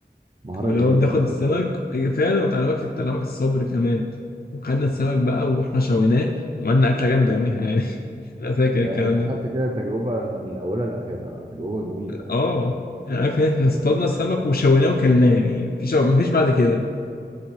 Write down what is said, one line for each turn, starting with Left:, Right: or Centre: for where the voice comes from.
Right: مهارة
Left: واللي
Right: جميلة
Left: هو بناخد
Right: يا
Left: السمك
Right: أستاذ
Left: إيه، فعلا بتاع الوقت بتاع الوقت الصبر كمان وخدنا السمك بقى ورحنا شويناه وعملنا أكلة جامدة يوميها يعني <laughs> أنا فاكر
Right: ده
Left: الكلام
Right: أنت
Left: ده
Right: خدت كده تجربة من أولها لآخرها تجربة جميلة
Left: اه يعني عارف إن احنا اصطادنا السمك وشويناه وكلناه يعني مفيش مفيش بعد كده